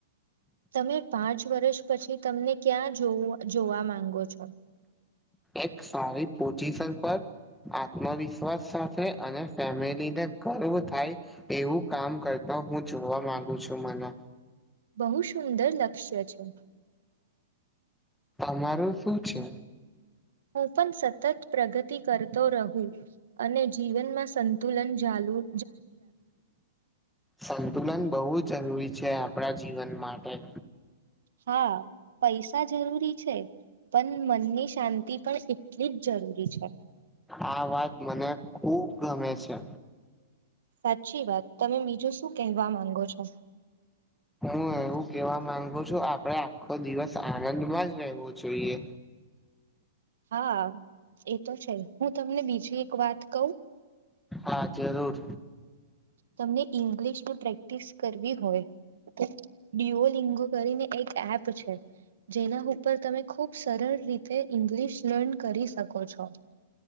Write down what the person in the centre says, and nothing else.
એક સારી પોચીસન પર આત્મવિશ્વાસ સાથે અને ફેમિલીને ગર્વ થાય એવું કામ કર નો હું જોવા માંગુ છું મને
તમારું શું છે?
સંતુલન બહુ જ જરૂરી છે આપણા જીવન માટે.
આ વાત મને ખુબ ગમે છે.
હું એવું કેવા માંગુ છું આપડે આખો દિવસ આનંદમાં જ રહેવું જોઈએ.
હા જરૂર.